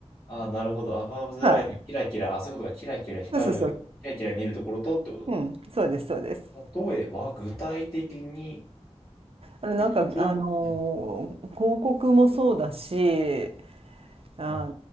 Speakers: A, on the left; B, on the right.
A: ああ、なるほど。アバブ・ザ・
B: はい
A: ラインのキラキラ、あそういうことがキラキラ光る、
B: そうそうそう
A: キラキラ見えるところとってことか。
B: うんそうですそうです
A: 例えば、具体的に
B: あのなんかあのー広告もそうだし
A: 言うと、プロン、はい。
B: あ
A: はい